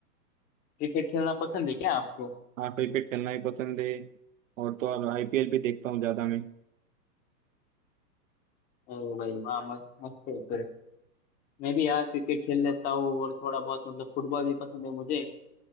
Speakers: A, on the left; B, on the right.
A: क्रिकेट खेलना पसंद है क्या आपको
B: हाँ क्रिकेट खेलना ही पसंद है और तो और आईपीएल भी देखता हूँ ज्यादा मैं
A: अरे भाई वाह म- मस्त है फिर मैं भी यार क्रिकेट खेल लेता हूँ और थोड़ा बहुत मतलब फुटबॉल भी पसंद है मुझे